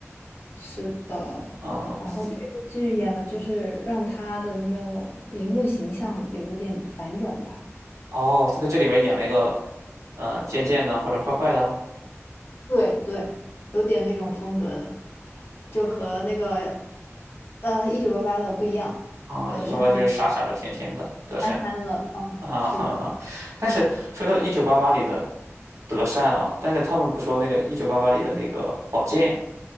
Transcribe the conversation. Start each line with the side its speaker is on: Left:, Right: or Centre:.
Left: 是的，
Right: 嗯，
Left: 然后这部剧演了，
Right: 四
Left: 就是让他的那个荧幕形象有一点反转吧。
Right: 哦，她在这里面演了一个嗯、呃贱贱的或者坏坏的
Left: 对对，有点那种风格的，就和那个呃《一九八八》的不一样，
Right: 啊，
Left: 德善。
Right: 《一九八八》就是傻傻的、甜甜的德善。
Left: 憨憨了，嗯，
Right: <laughs> 啊哈哈，
Left: 是的，
Right: 但是说到《一九八八》里的德善啊，但是他们不说那个《一九八八》里的那个宝剑，